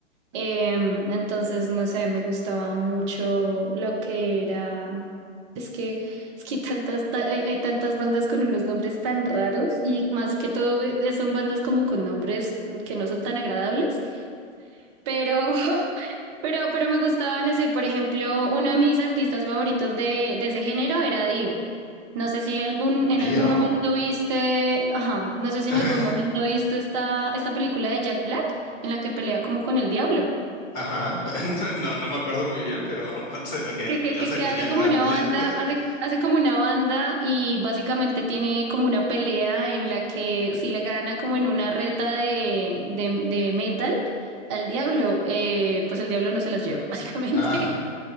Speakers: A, on the right; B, on the left.
A: Em, entonces, no sé, me gustaba mucho lo que era. Es que, es que hay tantas, ta- hay, hay tantas bandas con unos nombres tan raros y más que todo eh, eh, son bandas como con nombres que no son tan agradables, pero, <laughs> pero, pero me gustaban ese. Por ejemplo, uno de mis artistas favoritos de, de ese género era Dio. No sé si algún, en
B: Dio.
A: algún momento viste, ajá, no sé si
B: <laughs>
A: en algún momento viste esta, esta película de Jack Black en la que pelea como con el diablo.
B: Ajá, <laughs> no, no me acuerdo muy bien, pero <laughs> o sea, ok,
A: Que,
B: curioso
A: que, que, que
B: que
A: hace
B: Jack
A: como
B: Black
A: una
B: peleando.
A: banda,
B: <laughs>
A: hace, hace como una banda y básicamente tiene como una pelea en la que si le gana como en una reta de, de, de metal al diablo, eh, pues el diablo no se las lleva, <laughs> básicamente.
B: Ah,